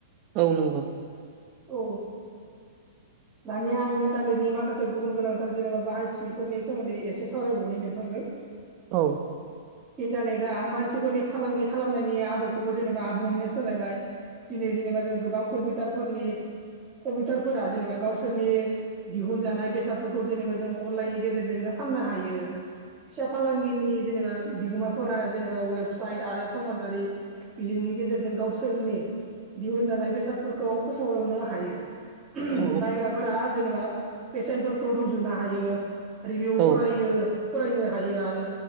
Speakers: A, on the right (about 40°); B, on the right (about 20°).
A: औ नोंगौ
B: औ दानिया आं इन्टारनेटनि माखासे गुबुन गोनांथार जेनेबा बाहायथिफोरनि सोमोन्दै एसे सावरायबावनि नोंथांजों <inaudible>
A: औ
B: इन्टारनेटआ मानसिफोरनि फालांगि खालामनायनि आदबखौबो जेनेबा आबुङैनो सोलायबाय। दिनै जेनेबा जों गोबां कम्पिटारफोरनि कम्पिटारफोरा जेनेबा गावसोरनि दिहुनजानाय बेसादफोरखौ जेनेबा जों अनलाइननि गेजेरजोंनो फाननो हायो। फिसा फालांगिनि जेनेबा बिगोमा फोरा जेनेबा वेबसाइट आरो समाजारि बिजोंनि गेजेरजों गावसोरनि दिहुनजानाय बेसादफोरखौ फोसावनो हायो <unintelligible>
A: औ
B: बायग्राफोरा जेनेबा बेसेन्टफोरखौ रुजुनो हायो रिभिउ
A: औ
B: फरायो फरायनो हायो आरो